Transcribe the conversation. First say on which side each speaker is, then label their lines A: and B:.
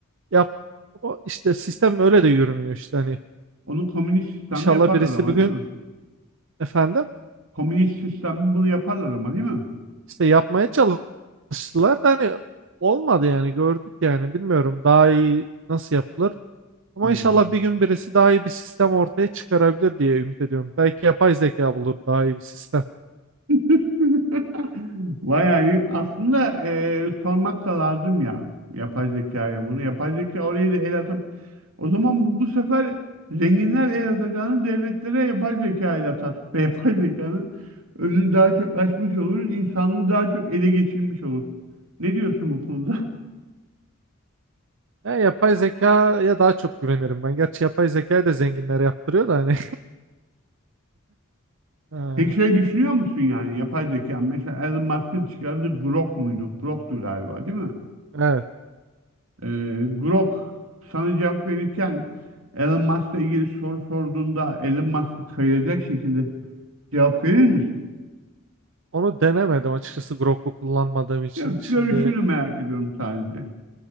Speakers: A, on the right (about 60°); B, on the right (about 85°).
A: Yap o işte sistem öyle de yürümüyor işte hani.
B: Onu komünist sistemde
A: İnşallah
B: yaparlar
A: birisi
B: ama
A: bir gün
B: değil mi?
A: efendim
B: Komünist sistemde bunu yaparlar ama değil mi?
A: İşte yapmaya çalıştılar da hani olmadı yani gördük yani bilmiyorum daha iyi nasıl yapılır. Ama
B: Hmm.
A: inşallah bir gün birisi daha iyi bir sistem ortaya çıkarabilir diye ümit ediyorum. Belki yapay zeka bulur daha iyi bir sistem.
B: <laughs> Bayağı iyi. Aslında e, sormak da lazım ya yapay zekaya bunu. Yapay zeka oraya da el atıp o zaman bu, bu sefer zenginler el atacağını devletlere yapay zeka el atar. Ve yapay zekanın önünü daha çok açmış oluruz. İnsanlığı daha çok ele geçirmiş olur. Ne diyorsun bu konuda? <laughs>
A: Ya yapay zekaya daha çok güvenirim ben. Gerçi yapay zekayı da zenginler yaptırıyor da hani. <laughs> Ee,
B: Peki şey düşünüyor musun yani yapay zeka? Mesela Elon Musk'ın çıkardığı Grok muydu? Grok'tu galiba değil mi?
A: Evet.
B: Ee, Grok sana cevap verirken Elon Musk'la ilgili soru sorduğunda Elon Musk'ı kayıracak şekilde cevap verir misin?
A: Onu denemedim açıkçası Grok'u kullanmadığım için.
B: Yok,
A: Şimdi
B: görüşünü merak ediyorum sadece.